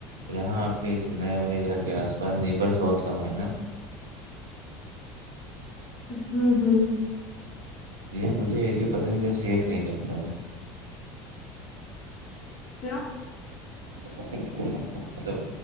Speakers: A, on the right; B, on the left.
A: یہاں آپ کے نئے والے گھر کے آس پاس نیبرس بہت کم ہے نا
B: ہوں ہوں
A: یہ مجھے اییریا پتہ نہیں کہ سیف نہیں لگتا ہے
B: پھروں
A: پت نہیں کہ مط سب